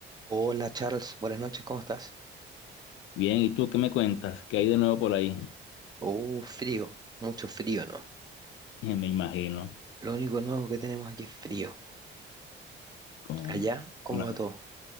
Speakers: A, on the right; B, on the left.
A: Hola Charles, buenas noches, ¿cómo estás?
B: Bien, ¿y tú qué me cuentas? ¿Qué hay de nuevo por ahí? <laughs>
A: Uh, frío, mucho frío, ¿no?
B: Me imagino.
A: Lo único nuevo que tenemos aquí es frío.
B: Con...
A: Allá, ¿cómo
B: bueno,
A: va todo?